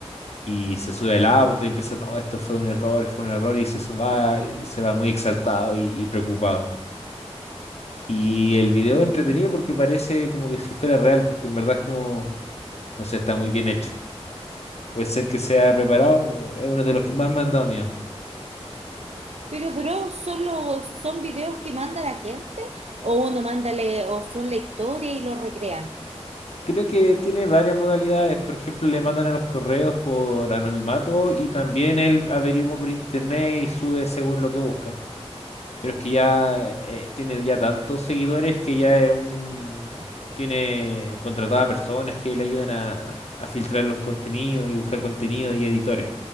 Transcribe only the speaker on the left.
Y se sube al auto y empieza, no, esto fue un error, fue un error, y se va, y se va muy exaltado y, y preocupado. Y el video es entretenido porque parece como que si fuera real, porque en verdad es como, no sé, está muy bien hecho. Puede ser que sea preparado, pero es uno de los que más me han dado miedo.
Creo que tiene varias modalidades. Por ejemplo, le mandan a los correos por anonimato y también él averigua por internet y sube según lo que busca. Pero es que ya eh, eh, tiene ya tantos seguidores que ya es un... tiene contratadas personas que le ayudan a, a filtrar los contenidos y buscar contenido y editores